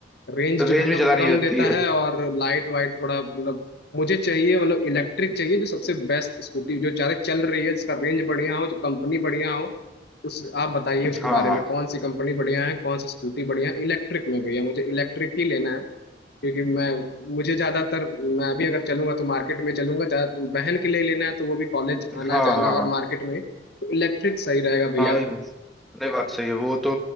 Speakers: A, on the left; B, in the centre.
A: रेंज
B: रेंज
A: जो है
B: भी
A: ना
B: ज्यादा
A: वो
B: नहीं
A: कम
B: रहती
A: देता
B: है
A: है और लाइट वाइट थोड़ा मतलब मुझे चाहिए मतलब इलेक्ट्रिक चाहिए जो सबसे बेस्ट स्कूटी जो ज्यादा चल रही है जिसका रेंज बढ़िया हो जो कंपनी बढ़िया हो उस आप बताइए उसके
B: हाँ
A: बारे में कौन सी कंपनी बढ़िया है कौन सी स्कूटी बढ़िया है इलेक्ट्रिक में भैया मुझे इलेक्ट्रिक ही लेना है क्योंकि मैं मुझे ज्यादातर मैं भी अगर चलूंगा तो मार्केट में चलूंगा ज्यादा बहन के लिए लेना है तो वो भी कॉलेज आना
B: हाँ
A: जाना
B: हाँ
A: और
B: हाँ
A: मार्केट में तो इलेक्ट्रिक सही रहेगा भैया
B: हाँ नहीं बात सही है वो तो